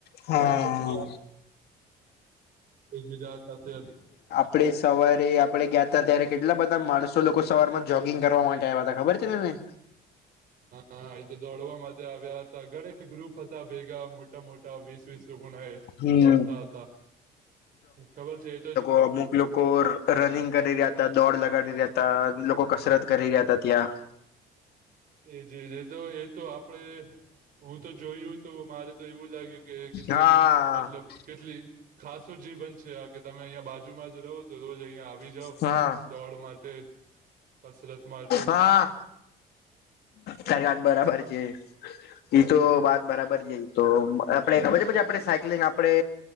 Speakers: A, on the left; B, on the right.
A: હા.
B: ઉપરથી આપ એકબીજા સાથે
A: આપણે સવારે આપણે ગયા હતા ત્યારે કેટલા બધા માણસો લોકો સવારમાં જોગિંગ કરવા માટે આવ્યા હતા ખબર છે તમને?
B: હા એ તો દોડવા માટે આવ્યા હતા ઘણા ગ્રુપ હતા ભેગા મોટા મોટા વીસ વીસ લોકોના એ
A: હમ્મ.
B: દોડતા હતા ખબર છે એ તો
A: <unintelligible> કો રનિંગ કરી રહ્યા હતા દોડ લગાડી રહ્યા હતા લોકો કસરત કરી રહ્યા હતા ત્યાં
B: એ જે ર તો એ તો આપડે હું તો જોયું તો મારે તો એવું લાગ્યું કે કેટલી
A: હા
B: મતલબ કેટલી ખાસો જીવન છે આ કે તમે અહિયાં બાજુમાં જ રહો તો રોજ અહિયાં આવી જાઓ.
A: હા.
B: દોડ માટે. કસરત માટે
A: હા તારી વાત બરાબર છે. એ તો વાત બરાબર છે તો આપણે ખબર છે પ આપણે સાયક્લિંગ આપણે